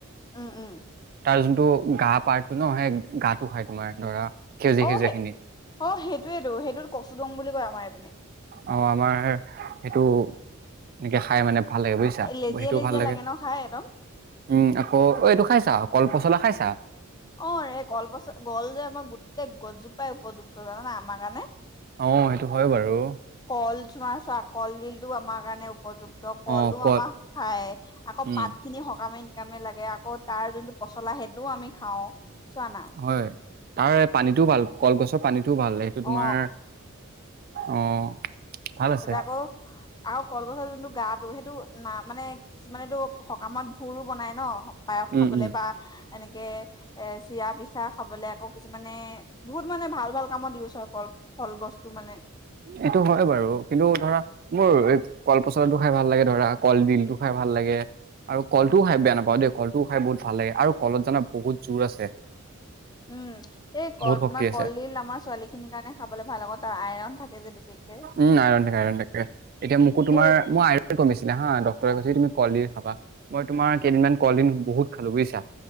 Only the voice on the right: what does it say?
তাৰ যোনটো গা পাৰটো ন সেই গাটো খাই তোমাৰ ধৰা। সেউজীয়া
সেউজীয়া
খিনি
অ', আমাৰ সেইটো এনেকে খাই মানে। ভাল লাগে বুজিছা।
সেইটো
ভাল লাগে।
উম আকৌ, অ' এইটো খাইছা কল-পচলা খাইছা?
অ'সেইটো হয় বাৰু।
অ', কল
উম,
হয়। তাৰ পানীটোও ভাল, কলগছৰ পানীটো ভাল। সেইটো তোমাৰ,
অ', ভাল আছে।
উম,
উম,
এইটো হয় বাৰু। কিন্তু ধৰা, মোৰ কল-পচলাটো খাই ভাল লাগে। ধৰা কলডিলটো খাই ভাল লাগে। আৰু কলটোও
খাই বেয়া নাপাওঁ দেই কলটোও খাই বহুত ভাল লাগে। আৰু কলত জানা বহুত জোৰ আছে।
বহুত শক্তি
আছে
উম, আইৰণ থাকে, আইৰণ থাকে। এতিয়া মোকো
তোমাৰ
মই আইৰণ কমিছিলে হা ডক্টৰে কৈছে তুমি কলডিল খাবা। মই তোমাৰ কেইদিনমান কলডিল বহুত খালো বুজিছা।